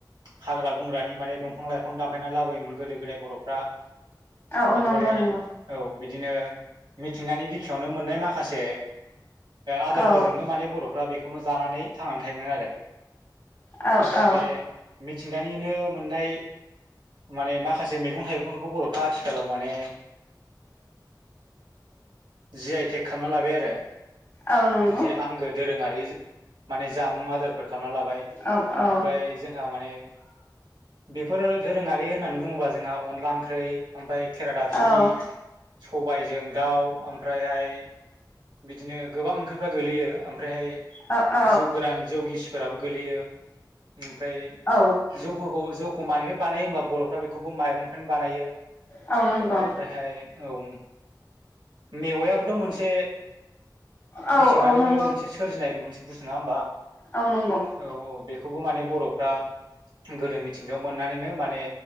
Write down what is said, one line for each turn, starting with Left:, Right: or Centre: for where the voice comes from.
Right: हाग्रा बंग्रानि माने दंफां लाइफां दानफायनानै लाबोयोमोन गोदो गोदाय बर'फ्रा
Left: औ
Right: ओमफ्रायहाय
Left: नंगौ नंगौ
Right: औ बिदिनो मिथिंगानि बिखायावनो मोननाय माखासे आदारफोरजोंनो
Left: औ
Right: माने बर'फ्रा बेखौनो जानानै थांनानै थोमो आरो
Left: औ
Right: ओमफ्राय
Left: औ
Right: बे मिथिंगानिनो मोननाय माने माखासे मैगं थाइगंफोरखौ बर'फ्रा आथिखालाव माने जि आइ टेक खालामना लाबाय आरो
Left: औ नंगौ
Right: मोनसे आंगो दोरोंङारि माने जामुं आदारफोर खालामना लाबाय
Left: औ औ
Right: ओमफ्राय जोंहा माने बे दोरोङारि होननानै बुंङोब्ला जोंहा अनला ओंख्रि ओमफाय खेरादाफिनि
Left: औ
Right: सबायजों दाउ ओमफ्रायहाय बिदिनो गोबां ओंख्रिफ्रा गोलैयो ओमफ्रायहाय
Left: औ औ
Right: जौ गोरान जौ गिस फोराबो गोलैयो ओमफ्राय
Left: औ
Right: जौफोरखौ जौ एखमानिफ्राय बानायो होमबा बर'फ्रा बेखौबो माइरंफोर बानायो
Left: औ नंगौ
Right: ओमफ्रायहाय औ मेवायाबोथ' मोनसे
Left: औ
Right: मिथिंनानैनो
Left: औ नंगौ
Right: मोनसे सोरजिनाय मोनसे बुस्थु नंङा होमबा
Left: औ नंगौ
Right: औ औ बेखौबो माने बर'फ्रा गोदो मिथिंगायाव मोननानैनो माने